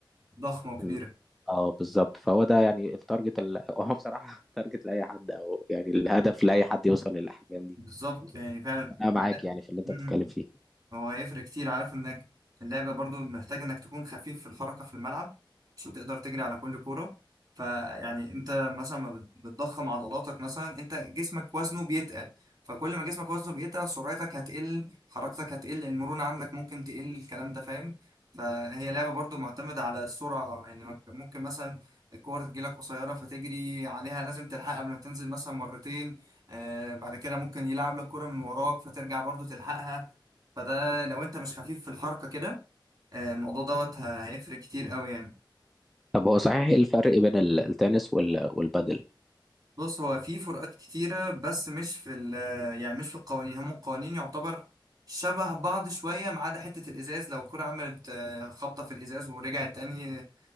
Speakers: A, on the right; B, in the centre.
A: ضخمة وكبيرة
B: م. اه بالظبط فهو ده يعني التارجت ال... <laughs> هو بصراحة تارجت لأي حد أو يعني الهدف لأي حد يوصل للأحجام دي
A: بالظبط يعني فعلا
B: أنا معاك
A: ده-
B: يعني في اللي أنت
A: م-
B: بتتكلم
A: م.
B: فيه
A: هو هيفرق كتير عارف انك اللعبة برضو محتاج انك تكون خفيف في الحركة في الملعب عشان تقدر تجري على كل كورة فيعني انت مثلا ما بت- بتضخم عضلاتك مثلا انت جسمك وزنه بيتقل فكل ما جسمك وزنه بيتقل سرعتك هتقل حركتك هتقل المرونة عندك ممكن تقل الكلام ده فاهم فهي لعبة برضو معتمدة على السرعة يعني ممكن مثلا الكورة تجيلك قصيرة فتجري عليها لازم تلحقها قبل ما تنزل مثلا مرتين آه بعد كده ممكن يلعب لك كورة من وراك فترجع برضو تلحقها فده لو انت مش خفيف في الحركة كده آه، الموضوع دوت ه- هيفرق كتير قوي يعني
B: طب هو صحيح إيه الفرق بين ال- التنس وال... والبادل
A: فبص هو في فروقات كتيرة بس مش في ال يعني مش في القوانين هم القوانين يعتبر شبه بعض شوية ما عدا حتة الإزاز لو الكرة عملت آه، خبطة في الإزاز ورجعت تاني